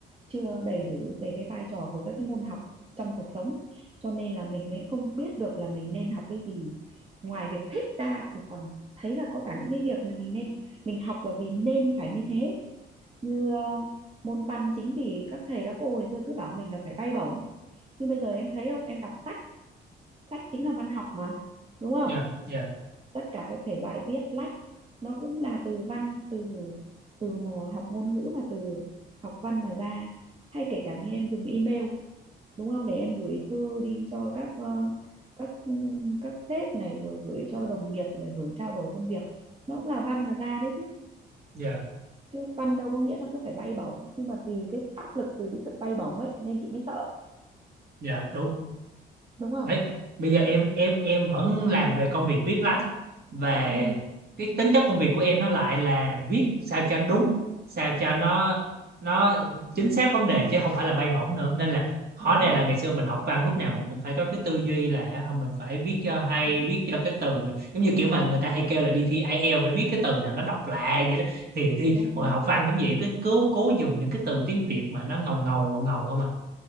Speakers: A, on the right; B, on the right.
A: chưa đầy đủ về cái vai trò của các cái môn học trong cuộc sống cho nên là mình mới không biết được là mình nên học cái gì ngoài việc thích ra thì còn thấy là có cả những cái việc mà mình nên mình học là vì nên phải như thế như ờ, môn văn chính vì các thầy các cô ngày xưa cứ bảo mình là phải bay bổng nhưng bây giờ em thấy không em đọc sách sách chính là văn học mà đúng không
B: dạ dạ
A: tất cả các thể loại viết lách nó cũng là từ văn từ từ mà học ngôn ngữ và từ học văn mà ra hay kể cả như em dùng email đúng không để em gửi thư đi cho các ờ, các các sếp này rồi gửi cho đồng nghiệp rồi gửi trao đổi công việc nó cũng là văn mà ra đấy chứ
B: dạ
A: chứ văn đâu có nghĩa là cứ phải bay bổng nhưng mà vì cái áp lực từ cái sự bay bổng ấy nên chị mới sợ
B: dạ đúng
A: đúng không
B: đấy bây giờ em em em vẫn làm về công việc viết lách và
A: ừ
B: cái tính chất công việc của em nó lại là viết sao cho đúng sao cho nó nó chính xác vấn đề chứ không phải là bay bổng nữa nên là hóa
A: đúng
B: ra
A: rồi
B: là ngày xưa mình học văn lúc nào mình cũng phải có cái tư duy là mình phải viết cho hay
A: đúng
B: viết cho cái từ giống như kiểu mà người ta hay kêu là đi thi IELTS phải viết cái từ nào nó đọc lạ vậy đó thì thì
A: đúng
B: hồi
A: đúng
B: học văn cũng vậy cứ cố cố dùng những cái từ tiếng Việt mà nó ngầu ngầu ngầu ngầu không à